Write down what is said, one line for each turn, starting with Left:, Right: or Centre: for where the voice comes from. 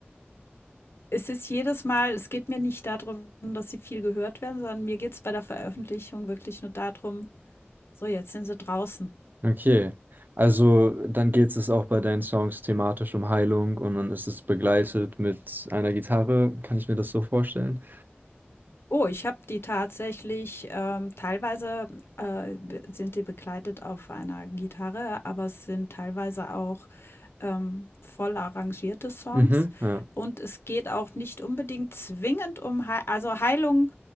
Left: es ist jedes Mal, es geht mir nicht darum, dass sie viel gehört werden, sondern mir geht es bei der Veröffentlichung wirklich nur darum, so jetzt sind sie draußen.
Right: Okay. Also dann geht es auch bei deinen Songs thematisch um Heilung und dann ist es begleitet mit einer Gitarre. Kann ich mir das so vorstellen?
Left: Oh, ich habe die tatsächlich, ähm, teilweise, äh, be sind die begleitet auf einer Gitarre, aber es sind teilweise auch, ähm, voll arrangierte Songs.
Right: Mhm. Ja.
Left: Und es geht auch nicht unbedingt zwingend um Hei also Heilung